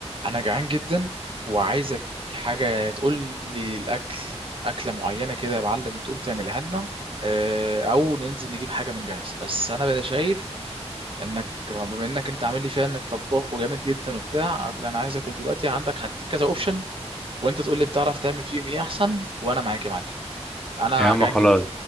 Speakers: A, on the right; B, in the centre.
A: انا جعان جدا وعايزك حاجه تقول لي الاكل اكله معينه كده يا معلم وتقوم تعملها لنا آه، او ننزل نجيب حاجه من جاهز بس انا بقى شايف انك بما انك انت عامل لي فيها انك طباخ وجامد جدا وبتاع اللي انا عايز اكل دلوقتي عندك هديك كذا اوبشن وانت تقول لي بتعرف تعمل فيهم ايه احسن وانا معاك يا معلم انا
B: يا عم
A: جعان
B: خلاص
A: جدا